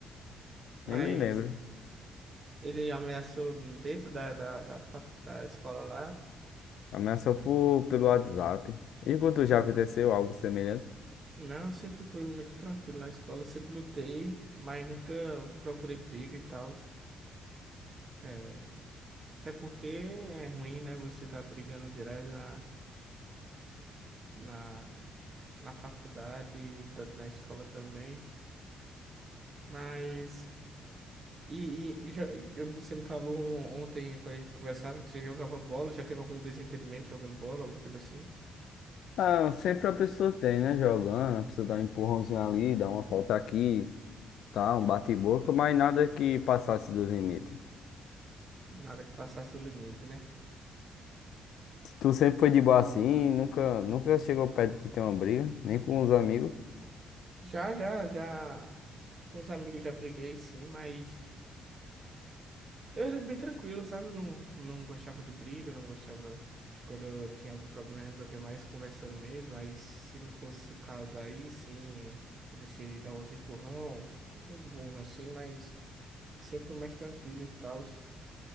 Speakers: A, on the right; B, on the left.
A: Mas
B: nem me lembro.
A: ele ameaçou dentro da, da, da, fa- da escola lá?
B: Ameaçou por, pelo WhatsApp. E quando já aconteceu algo semelhante?
A: Não, eu sempre fui muito tranquilo na escola, eu sempre lutei, mas nunca procurei briga e tal. É, até porque é ruim, né? Você tá brigando direto na. na, na faculdade, tanto na escola também. Mas. E, e- e já, e você me falou ontem, quando a gente conversava, que você jogava bola, já teve algum desentendimento jogando bola, alguma coisa assim?
B: Ah, sempre a pessoa tem, né? Jogando, a pessoa dá um empurrãozinho ali, dá uma falta aqui, tá? Um bate-boca, mas nada que passasse dos limites.
A: Nada que passasse o limite, né?
B: Tu sempre foi de boa assim, nunca, nunca chegou perto de ter uma briga, nem com os amigos.
A: Já, já, já. Com os amigos já briguei, sim, mas. Eu era bem tranquilo, sabe? Não, não gostava de briga, não gostava. Quando eu tinha algum problema, eu resolvia mais conversando mesmo. Aí, se não fosse o caso, aí sim, acontecia de dar uns empurrão, uns murros assim, mas sempre mais tranquilo e tal.